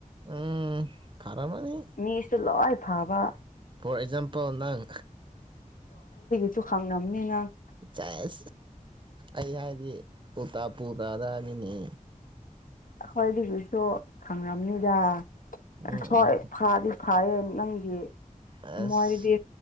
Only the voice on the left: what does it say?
ꯃꯤꯁꯨ ꯂꯣꯏ ꯐꯥꯕ
ꯗꯨ ꯈꯥꯡ ꯅ ꯑꯃꯅꯤꯅꯤꯅ
ꯍꯣꯏ ꯑꯗꯨꯗꯨꯁꯨ ꯈꯪꯉꯝꯅꯤꯗ
ꯑ ꯍꯣꯏ
ꯐꯗꯤ ꯊꯌꯦꯡ ꯅꯪꯒꯤ
ꯊꯝꯃꯣꯏ ꯍꯥꯏꯔꯗꯤ